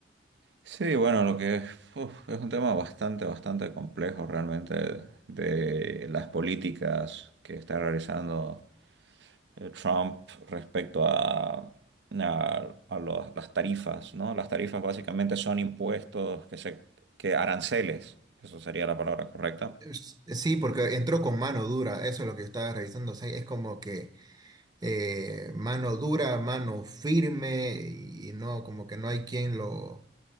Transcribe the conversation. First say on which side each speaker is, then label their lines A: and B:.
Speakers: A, on the right (about 75°); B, on the right (about 20°).
A: Sí, bueno, lo que uf, es un tema bastante, bastante complejo realmente de las políticas que está realizando eh, Trump respecto a, a- a los- las tarifas, ¿no? Las tarifas básicamente son impuestos que se, que aranceles, eso sería la palabra correcta.
B: Es- Sí, porque entró con mano dura, eso es lo que yo estaba revisando. o sea, es como que eh, mano dura, mano firme y no, como que no hay quien lo,